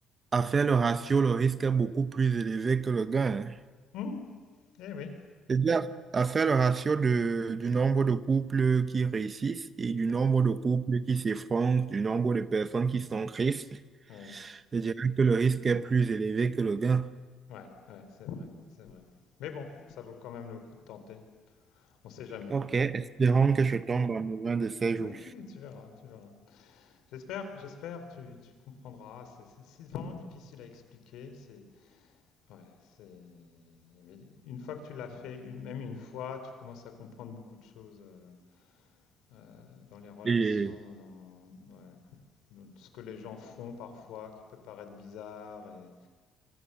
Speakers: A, on the right (about 30°); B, on the left (about 80°).
A: à faire le ratio, le risque est beaucoup plus élevé que le gain. hein.
B: Mm, Eh oui.
A: C'est-à-dire, à faire le ratio de, du nombre de couples qui réussissent et du
B: Ouais,
A: nombre de couples qui s'effondrent, du nombre de personnes qui sont tristes,
B: ouais,
A: je dirais que le risque est plus élevé que le gain.
B: ouais, ouais, c'est vrai, c'est vrai. Mais bon, ça vaut quand même le coup de tenter. On sait jamais.
A: Ok, espérons que je tombe amoureux de ces
B: Oui,
A: jours.
B: oui, tu verras, tu verras. J'espère, j'espère, tu, tu comprendras. C'est- C'est c'est vraiment difficile à expliquer. C'est, ouais, c'est. mais une fois que tu l'as fait, une- même une fois, tu commences à comprendre beaucoup de choses. euh, euh, dans les relations,
A: Et
B: dans, ouais, dans ce que les gens font parfois, qui peut paraître bizarre et,